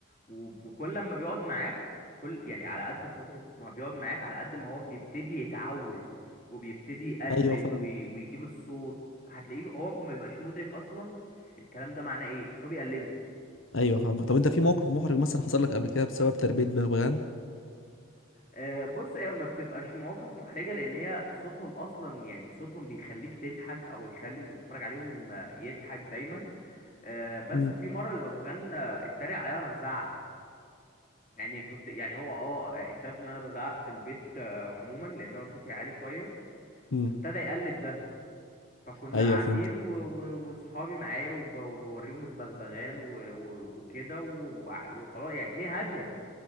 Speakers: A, on the left; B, on the left.
A: و... وكل ما بيقعد معاك كل يعني على قد فترة ما بيقعد معاك على قد ما هو بيبتدي يتعود وبيبتدي يقلد
B: ايوه فاهم
A: وي... ويجيب الصوت هتلاقيه ب- هو ما بيبقاش مدرك اصلا الكلام ده معناه ايه بس هو بيقلده
B: ايوه فاهمك طب انت في موقف محرج مثلا حصل لك قبل كده بسبب تربية بغبغان
A: آه، بص هي ما بتبقاش مواقف محرجة لأن هي صوتهم أصلا يعني صوتهم بيخليك تضحك أو يخلي اللي بيتفرج عليهم آه، يضحك دايما آه، بس
B: مم.
A: في مره البغبغان آه، اتريق عليا وانا بزعق يعني كنت يعني هو اه آه، شافني وانا بزعق في البيت آه، عموما لان انا صوتي عالي شويه
B: امم
A: فابتدى يقلد ده فكنا
B: ايوه
A: قاعدين
B: فهمت
A: و- و- واصحابي معايا وب- وبوريهم البغبغان و- و- وكده و- وع- وخلاص يعني الدنيا هاديه